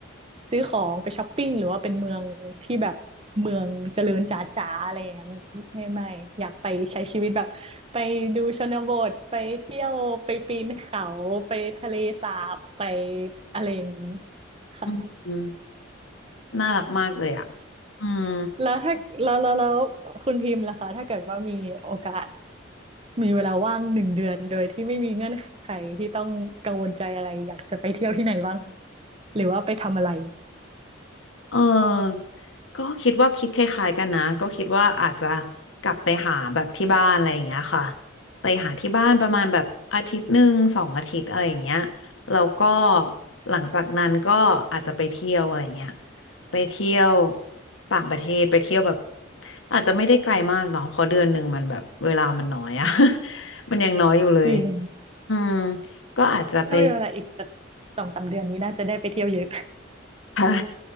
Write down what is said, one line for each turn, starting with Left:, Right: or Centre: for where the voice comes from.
Right: ซื้อของไปช้อปปิ้งหรือว่าเป็นเมืองที่แบบเมืองเจริญจ๋าๆอะไรอย่างนั้นไม่ไม่อยากไปใช้ชีวิตแบบไปดูชนบทไปเที่ยวไปปีนเขาไปทะเลสาบไปอะไรอย่างนี้ค่ะ
Left: อืม น่ารักมากเลยอ่ะอืม
Right: แล้วถ้าแล้วแล้วแล้วคุณพิมพ์ล่ะคะถ้าเกิดว่ามีโอกาสมีเวลาว่างหนึ่งเดือนโดยที่ไม่มีเงื่อนไขที่ต้องกังวลใจอะไรอยากจะไปเที่ยวที่ไหนบ้างคะหรือว่าไปทำอะไร
Left: เออก็คิดว่าคิดคล้ายๆกันนะก็คิดว่าอาจจะกลับไปหาแบบที่บ้านอะไรอย่างเงี้ยค่ะไปหาที่บ้านประมาณแบบอาทิตย์หนึ่งสองอาทิตย์อะไรอย่างเงี้ยแล้วก็หลังจากนั้นก็อาจจะไปเที่ยวอะไรเงี้ยไปเที่ยวต่างประเทศไปเที่ยวแบบอาจจะไม่ได้ไกลมากเนาะเพราะเดือนหนึ่งมันแบบเวลามันน้อยอะ <laughs> มันยังน้อยอยู่เลย
Right: จริง
Left: อืมก็อาจจะไป
Right: ถ้ามีเวลาอีกสักสองสามเดือนนี้น่าจะได้ไปเที่ยวเยอะ
Left: ใช่ <laughs>